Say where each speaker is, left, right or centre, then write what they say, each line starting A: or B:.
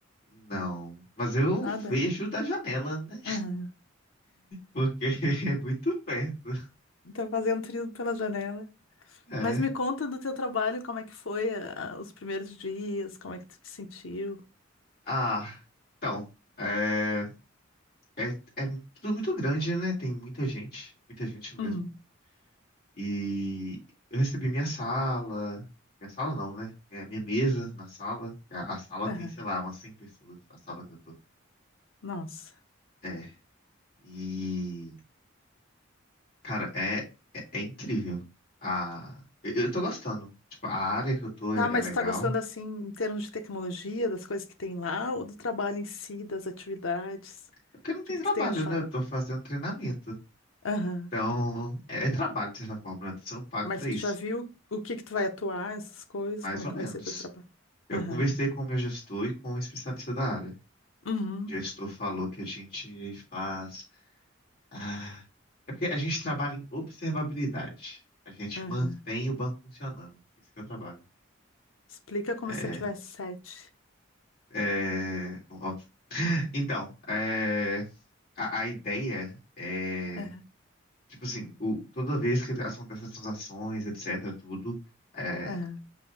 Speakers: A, on the left; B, on the left.
A: Não, mas eu
B: Nada?
A: vejo da janela, né?
B: Aham.
A: Porque <laughs> é muito perto.
B: Tá fazendo trilho pela janela.
A: É.
B: Mas me conta do teu trabalho, como é que foi ah, ah, os primeiros dias, como é que tu te sentiu?
A: Ah, então, é, é, é tudo muito grande, né? Tem muita gente, muita gente mesmo.
B: Hum.
A: E eu recebi minha sala, minha sala não, né? É minha mesa na sala. A, a sala
B: Aham.
A: tem, sei lá, umas 100 pessoas, a sala que eu tô.
B: Nossa.
A: É, e, cara, é, é, é incrível. A, eu, eu tô gostando. Tipo, a área que eu tô é
B: Tá, mas
A: é legal.
B: tu tá gostando assim, em termos de tecnologia, das coisas que tem lá, ou do trabalho em si, das atividades? O
A: Porque não tem
B: que que
A: trabalho,
B: tu tem achado?
A: né? Eu tô fazendo treinamento.
B: Aham.
A: Então, é, é trabalho, de certa forma, né? Eu tô sendo pago
B: Mas
A: pra
B: tu
A: isso.
B: já viu o que que tu vai atuar, essas coisas,
A: Mais
B: como
A: ou
B: é que
A: menos.
B: vai ser teu trabalho?
A: Eu
B: Aham.
A: conversei com o meu gestor e com um especialista da área.
B: Uhum.
A: O gestor falou que a gente faz. Ah, é porque a gente trabalha em observabilidade. A gente
B: Aham.
A: mantém o banco funcionando. É Isso que eu trabalho.
B: Explica como
A: É.
B: se eu tivesse sete.
A: É. Óbvio. <laughs> Então, é, a, a ideia é.
B: Aham.
A: Tipo assim, o- toda vez que acontece as transações, etc, tudo, é,
B: Aham.